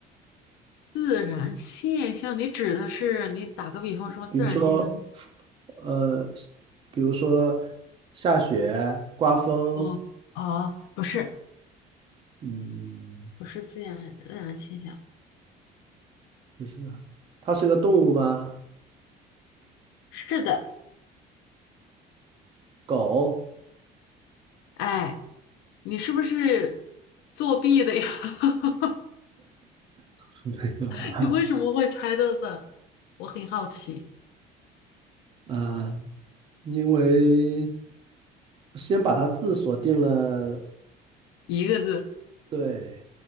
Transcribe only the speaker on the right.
比如说，
呃，比如说下雪、刮风，
嗯，
不是啊，它是个动物吗？
狗？
<laughs> 没有啊，
啊，因为。先把它字锁定了，
对，